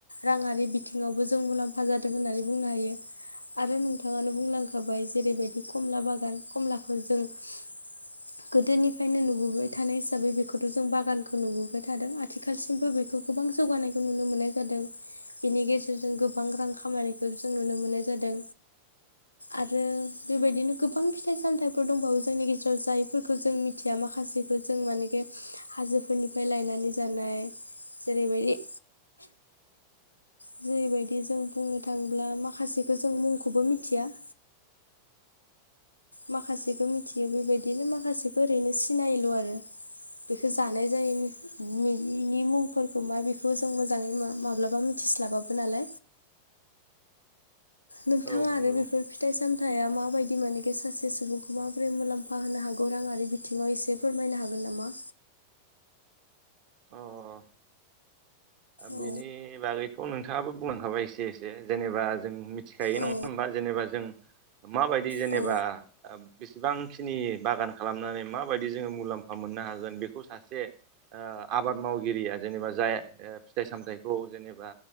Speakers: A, on the left; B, on the right.
A: राङारि बिथिङावबो जों मुलाम्फा जादों होननानै बुंनो हायो। आरो नोंथाङानो बुंलांखाबाय जेरैबायदि कमला बागान कमलाखो जों <inaudible> गोदोनिफ्रायनो नुबोबाय थानाय हिसाबै बेखौथ' जों बागानखौ नुबोबाय थादों आथिखालसिमबो बे बेखौ गोबां जौगानायखौ नुनो मोननाय जादों बेनि गेजे जों गोबां रां खामायनायखौ जों नुनो मोननाय जादों। आरो बेबायदिनो गोबां फिथाइ सामथाइफोर दंबावो जोंनि गेजेराव जायफोरखो जों मिथिया माखासेखौ जों मानेके हाजोफोरनिफ्राय लायनानै जानाय जेरैबायदि जेरैबायदि जों बुंनो थाङोब्ला माखासेखो जों मुंखौबो मिथिया माखासेखो मिथियो बेबायदिनो माखासेखो ओरैनो सिनायोल' आरो। बेखो जानाय जायो बिनि मुंफोरखौ मा बेखौ जों मोजाङै मा-माब्लाबा मिथिस्लाबाबो नोंथां
B: औ औ
A: आरो
B: नंगौ
A: बेफोर फिथाइ सामथाइआ माबायदि मोनेके सासे सुबुंखौ माबोरै मुलाम्फा होनो हागौ राङारि बिथिङाव एसे फोरमायनो हागोन नामा?
B: अ अ बेनि
A: औ
B: बागैथ' नोंथाङाबो बुंलांखाबाय एसे एसे जेनेबा जों मिथिखायो
A: औ
B: नङा होमबा जेनेबा जों माबायदि जेनेबा
A: औ
B: बेसेबांखिनि बागान खालामनानै माबायदि जोङो मुलाम्फा मोननो हागोन बेखौ सासे ओ आबाद मावगिरिया जेनेबा जाय फिथाइ सामथायाइखौ जेनेबा